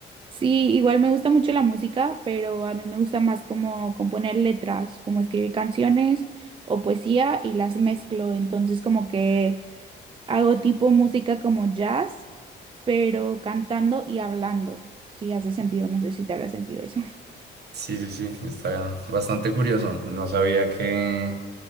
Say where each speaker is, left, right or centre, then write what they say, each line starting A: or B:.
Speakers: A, on the right; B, on the right.
A: Sí, igual me gusta mucho la música, pero a mí me gusta más como componer letras, como escribir canciones o poesía y las mezclo. Entonces como que hago tipo música como jazz, pero cantando y hablando. Si hace sentido, no sé si te haga sentido eso.
B: Sí, sí, sí, está bastante curioso. No sabía que